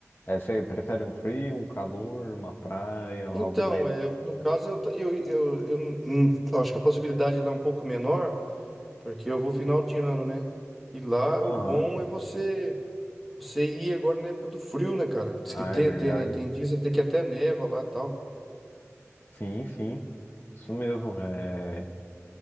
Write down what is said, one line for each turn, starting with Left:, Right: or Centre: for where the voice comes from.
Left: É, você prefere um frio, um calor, uma praia, algo
Centre: Então,
Left: mais.
Centre: é, no caso, eu, ta- eu, eu, eu não- não- eu acho que a possibilidade lá é um pouco menor, porque eu vou final de ano, né? E lá
Left: Aham,
Centre: o bom é você, você ir agora na época do frio, né, cara? Diz
Left: Ah,
Centre: que tem,
Left: é verdade.
Centre: tem, tem dias até que até neva lá e tal.
Left: Sim, sim. Isso mesmo, é,